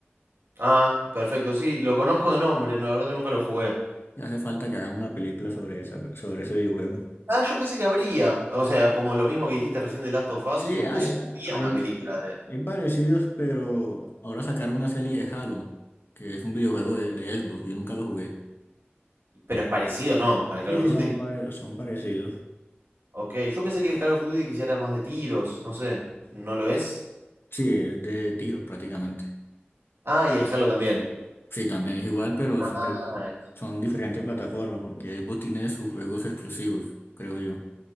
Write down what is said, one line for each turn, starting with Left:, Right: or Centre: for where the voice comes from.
Right: Ah, perfecto, sí, lo conozco de nombre, no, la verdad que nunca lo jugué.
Left: Y hace falta que hagan una película sobre esa, sobre ese videojuego.
Right: Ah, yo pensé que habría. O sea, como lo mismo que dijiste recién de Last of Us,
Left: Sí,
Right: supuse
Left: hay,
Right: que había
Left: hay,
Right: una película de...
Left: hay parecidos, pero ahora sacaron una serie de Halo, que es un videojuego de, de Xbox, yo nunca lo jugué.
Right: Pero es parecido, ¿no? Al
Left: Sí,
Right: Call of Duty.
Left: son, pare- son parecidos.
Right: Ok, yo pensé que el Call of Duty quizá era más de tiros, no sé, ¿no lo es?
Left: Sí, es de tiros prácticamente.
Right: Ah, y el Halo también.
Left: Sí, también es igual, pero
Right: Ah,
Left: son, son diferentes plataformas, porque Xbox tiene sus juegos exclusivos, creo yo.